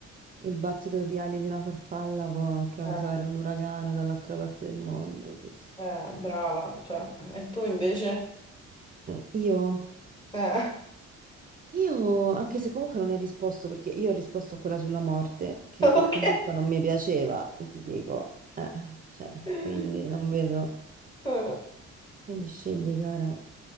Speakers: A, on the right; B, on the left.
A: il battito di ali di una farfalla può causare
B: eh.
A: un uragano dall'altra parte del mondo, sì, sì.
B: Eh, brava, cioè, e tu invece?
A: Mm, Io,
B: Eh,
A: io, anche se comunque non hai risposto, perché io ho risposto a quella sulla morte, che
B: <laughs> ok.
A: comunque non mi piaceva, ti dico, eh, cioè,
B: Eh,
A: quindi non vedo.
B: eh,
A: Quindi scegli, cara.